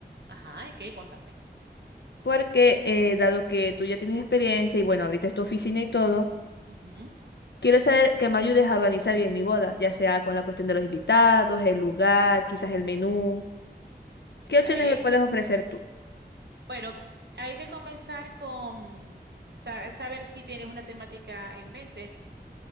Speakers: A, on the right; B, on the left.
A: ajá, ¿y qué? Contame.
B: porque eh, dado que tú ya tienes experiencia y bueno, abriste tu oficina y todo,
A: Ujú,
B: Quiero saber que me ayudes a organizar bien mi boda, ya sea con la cuestión de los invitados, el lugar, quizás el menú.
A: Está
B: ¿Qué opciones
A: bien.
B: me puedes ofrecer tú?
A: Bueno, hay que comenzar con sa- saber si tienes una temática en mente.